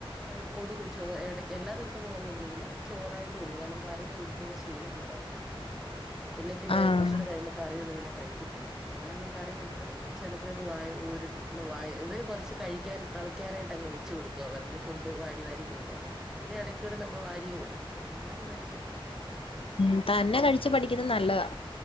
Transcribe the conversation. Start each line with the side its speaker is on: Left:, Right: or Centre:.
Centre: ഹെ കൊടുക്കും ചോറ് യെടക് എല്ലാ ദിവസവുംന്നും കന്നി കൊടുക്കത്തില്ല ചോറായിട്ട് കൊടും കാരണം കറി കൊടുത്തുകൂടെ ശീലം വേണമല്ലോ. ഇല്ല പിന്നെ
Left: ആഹ്
Centre: കുറച്ചൂടെ കഴിയുബോ കറിയൊന്നും പിന്നെ കഴിക്കത്തില്ല അത് കാരണം കറി കൊടുത്ത്. ചിലപ്പോഴൊക്കെ വയ ഉരു. വായി ഇവര് കുറച്ച് കഴിക്കാൻ കളിക്കാനായിട്ട് അങ്ങ് വെച് കൊടുക്കും അവർക്ക് ഫുഡ് വാരി വാരി കളിക്കാൻ. പിന്നെ ഇടയ്ക്കുടെ നമ്മള് വാരിയും കൊടുക്കും അങ്ങനെ അവൻ കഴിക്കും
Left: ഉ തന്നെ കഴിച്ചു പഠിക്കുന്നത് നല്ലതാ.